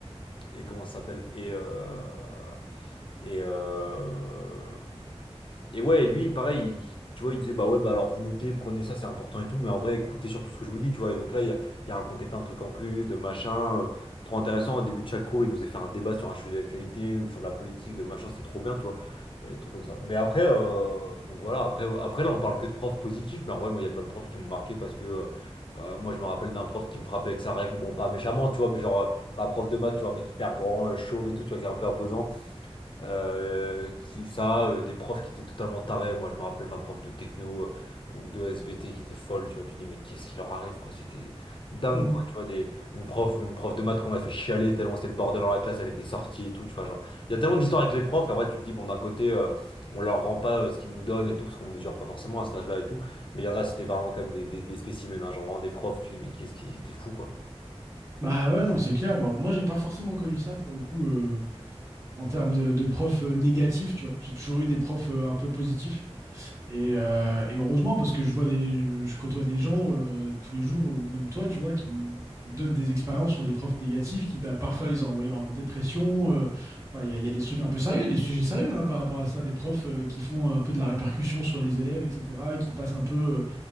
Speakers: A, on the left (about 50°); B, on the right (about 30°).
A: et comment ça s'appelle? Et, euh, et, euh, et ouais, lui, pareil, il- tu vois, il disait, bah ouais, bah alors vous notez, prenez ça, c'est important et tout, mais en vrai, écoutez surtout ce que je vous dis, tu vois. Et donc là, il, a il a raconté plein de trucs en plus, de machin, euh, trop intéressant. Au début de chaque cours, il nous faisait faire un débat sur un sujet d'actualité ou sur la politique, de machin, c'était trop bien, tu vois. Et des trucs comme ça. Mais après, euh, donc voilà, après, après là, on parle que de profs positifs, mais en vrai, moi, il y a plein de profs qui m'ont marqué parce que. euh, euh, moi, je me rappelle d'un prof qui me frappait avec sa règle, bon, pas méchamment, tu vois, mais genre, euh, pas prof de maths, tu vois, mais hyper grand, euh, chauve et tout, tu vois, qui est un peu imposant euh, qui, ça, euh, des profs qui étaient totalement tarés. Moi, je me rappelle ma prof de techno euh, ou de SVT qui était folle, tu vois. Tu dis, mais qu'est-ce qui leur arrive, quoi? C'était dingue,
B: Mm.
A: quoi. Tu vois, des, une prof, une prof de maths qu'on a fait chialer tellement c'était le bordel dans la classe, elle était sortie et tout, tu vois. Genre, il y a tellement d'histoires avec les profs, et en vrai, tu te dis, bon, d'un côté, euh, on leur rend pas euh, ce qu'ils nous donnent et tout, parce qu'on mesure pas forcément à cet âge-là et tout. Mais il y en a, c'était vraiment comme des, des, des spécimens, hein, genre vraiment des profs, tu dis, mais qu'est-ce qui était fou, quoi.
B: bah ouais non c'est clair. Bah, moi j'ai pas forcément connu ça pour le coup euh, en termes de, de profs euh, négatifs, tu vois. J'ai toujours eu des profs euh, un peu positifs. Et, euh, et heureusement, parce que je vois des, je côtoie des gens euh, tous les jours, ou même toi, tu vois, qui me donnent des expériences sur des profs négatifs qui, bah, parfois, les ont envoyés en dépression. euh, enfin, Il y, a- il y a des trucs un peu sérieux, des sujets sérieux hein, par rapport à ça, des profs euh, qui font un peu de la répercussion sur les élèves, etc., qui passent un peu euh,